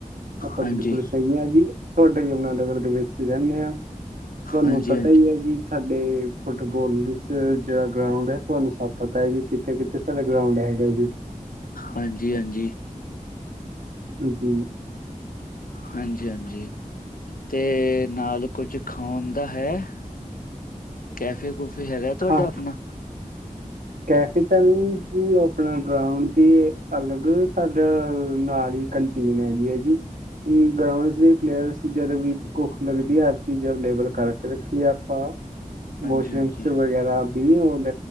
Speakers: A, on the right; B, on the left.
A: ਆਪਾਂ
B: ਹਾਂਜੀ
A: ਬਿਲਕੁਲ ਸਹੀ ਹ ਜੀ, ਤੁਹਾਡੇ ਯਮੁਨਾ ਨਗਰ ਵਿਚ ਹੀ ਰਹਿੰਦੇ ਹਾਂ। ਤੁਹਾਨੂੰ
B: ਹਾਂਜੀ
A: ਪਤਾ
B: ਹਾਂਜੀ
A: ਹੀ ਹੈ ਜੀ। ਸਾਡੇ ਫੁੱਟਬੋਾਲ ਜਿਹੜਾ ਗਰਾਊਂਡ ਹੈ, ਤੁਹਾਨੂੰ ਸਭ ਪਤਾ ਹੈ ਜੀ ਕਿੱਥੇ -ਕਿੱਥੇ ਸਾਡਾ ਗਰਾਊਂਡ ਹੈ। ਹਾਂਜੀ।
B: ਹਾਂਜੀ, ਹਾਂਜੀ।
A: ਹਾਂਜੀ।
B: ਹਾਂਜੀ ਹਾਂਜੀ, ਤੇ ਨਾਲ ਕੁੱਝ ਖਾਣ ਦਾ ਹੈ? ਕੈਫੇ- ਕੂਫੇ ਹੈਗਾ ਤੁਹਾਡਾ
A: ਖਾ
B: ਆਪਣਾ?
A: ਕੈਫੇ ਤਾਂ ਨਹੀਂ ਜੀ, ਉਹ ਆਪਣਾ ਗਰਾਊਂਡ ਦੇ ਅਲਗ ਸਾਡਾ ਨਾਲ ਹੀ ਕੰਟੀਨ ਹੈਗੀ ਹੈ ਜੀ, ਗਰਾਊਂਡਸ ਦੇ ਪਲੇਅਰਸ ਜਦੋਂ ਵੀ ਭ ਭੁੱਖ ਲੱਗਦੀ ਹੈ, ਹਰ ਚੀਜ਼ ਅਵੇਲੇਬਲ ਕਰਕੇ ਰੱਖੀਏ ਆਪਾਂ
B: ਹਾਂਜੀ
A: ਬੋਸ਼ਰਮਸ
B: ਹਾਂਜੀ
A: ਵਗੈਰਾ ਵੀ, ਔਰ